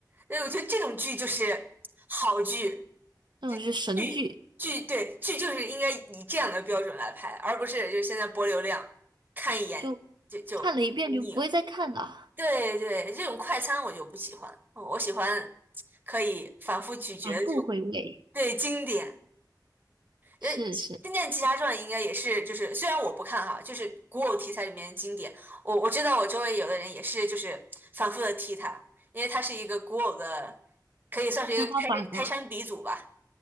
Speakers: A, on the right (about 25°); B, on the right (about 80°).
A: 对，我觉得这种剧就是好剧，
B: 那种就是神剧，
A: 这剧剧对剧就是应该以这样的标准来拍，而不是就是现在博流量，看一眼就就腻了。
B: 就看了一遍就不会再看了，
A: 对对，这种快餐我就不喜欢，我喜欢可以反复咀嚼的这种
B: 反复回味。
A: 对经典。呃，
B: 是是，
A: 《仙剑奇侠传》应该也是，就是虽然我不看哈，就是古偶题材里面的经典。我我知道我周围有的人也是，就是反复的提它，因为它是一个古偶的，可以算是一个开开山鼻祖吧。
B: 天花板吧。